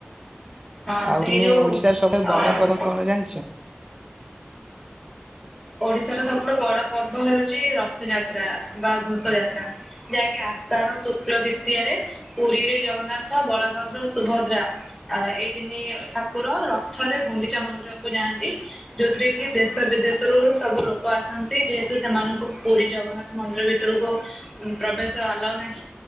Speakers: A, in the centre; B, on the right.
A: ହଁ
B: ଆଉ
A: ସେଇ
B: ତୁମେ
A: ଯୋଉ
B: ଓଡିଶାର ସବୁଠୁ ବଡ
A: ଅ
B: ପର୍ବ କଣ ଜାଣିଛ?
A: ଓଡିଶାର ସବୁଠୁ ବଡ ପର୍ବ ହେଉଛି ରଥଯାତ୍ରା ବା ଘୋଷ ଯାତ୍ରା। ଯାହାକି ଆଷାଢ ଶୁକ୍ଳ ଦ୍ଵିତୀୟାରେ ପୁରୀରେ ଜଗନ୍ନାଥ, ବଳଭଦ୍ର ଓ ସୁଭଦ୍ରା ଆ ଏଇ ତିନି ଠାକୁର ରଥରେ ଗୁଣ୍ଡିଚା ମନ୍ଦିରକୁ ଯାଆନ୍ତି। ଯୋଉଥିରେ କି ଦେଶ ବିଦେଶ ରୁ ସବୁ ଲୋକ ଆସନ୍ତି ଯେହେତୁ ସେମାନଙ୍କୁ ପୁରୀ ଜଗନ୍ନାଥ ମନ୍ଦିର ଭିତରକୁ ଉଁ ପ୍ରବେଶ ଆଲାଉ ନାହିଁ